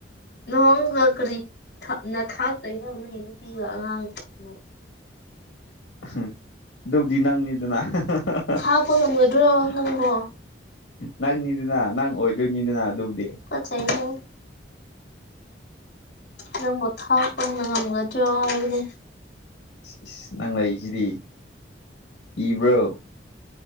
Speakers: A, on the left (about 70°); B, on the left (about 85°).
A: ꯂꯣꯍꯣꯡꯉꯥꯒ ꯀꯔꯤ ꯊꯥꯛꯅ ꯊꯥꯛꯇꯣꯏꯅꯣ ꯅꯪꯒꯤ ꯅꯨꯄꯤꯒ ꯑꯉꯥꯡꯗꯣ
B: ꯑꯍ ꯑꯗꯨꯕꯨꯗꯤ ꯅꯪꯅꯤꯗꯅꯥ ꯍꯥ ꯍꯥ ꯍꯥ
A: ꯊꯥꯛꯄ ꯉꯝꯒꯗ꯭ꯔꯣ
B: ꯍꯥ
A: ꯅꯪꯕꯣ
B: ꯅꯪꯅꯤꯗꯨꯅ ꯅꯪ ꯑꯣꯏꯗꯣꯏꯅꯤꯗꯅ ꯑꯗꯨꯕꯨꯗꯤ
A: ꯀꯠꯆꯩꯍꯦ ꯅꯪꯕꯨ ꯊꯥꯞꯄꯅ ꯉꯝꯒꯗ꯭ꯔꯣ ꯍꯥꯏꯕꯅꯦ
B: ꯏꯁ ꯅꯪ ꯂꯩꯁꯤꯗꯤ ꯀꯤꯕ꯭ꯔꯣ